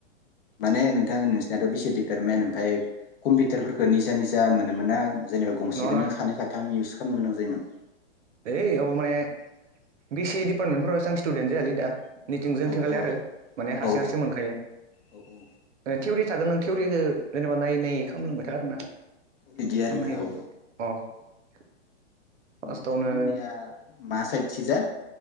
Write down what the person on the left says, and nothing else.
माने नोंथां नोंस नाथ' बिसि डिपार्टमेन्ट ओमफाय कम्पिउटारफोरखौ निजा निजा मोनोमोन ना जेनेबा गंसेखौनो
सानै खाथाम इउस खालामनो गोनां जायोमोन ।
औ
औ
औ
औ औ
बिदि
आरोना
औ
<unintelligible>
बिथांमोननिया मा सायथि जा